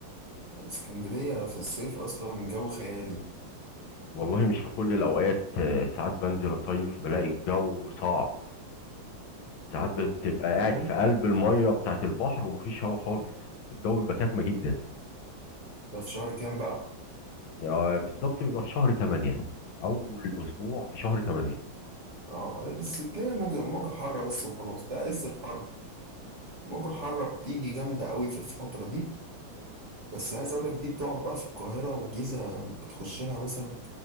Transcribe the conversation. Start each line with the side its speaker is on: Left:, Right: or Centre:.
Right: اسكندرية في الصيف اصلا جو خيالي
Left: والله مش في كل الأوقات آه، ساعات بنزل أصيف بلاقي الجو صعب ساعات بتبقى قاعد
Right: فاهم؟
Left: في قلب المية بتاعة البحر ومفيش هوا خالص الجو بيبقى كاتمة جدا
Right: ده في شهر كام بقى
Left: يعني بالظبط بيبقى في شهر 8 أول أسبوع في شهر 8
Right: اه عز- تلاقي موجة موجة حارة بس وخلاص ده عز الحر موجة حارة بتيجي جامدة قوي في الفترة دي بس عايز اقول لك دي بتقعد بقى في القاهرة والجيزة بتخش لها مثلا